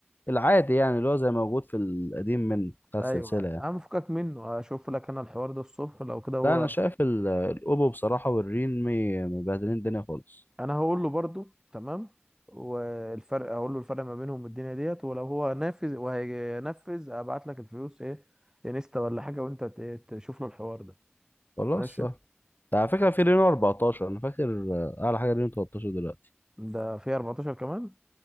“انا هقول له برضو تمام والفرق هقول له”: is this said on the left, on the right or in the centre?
Right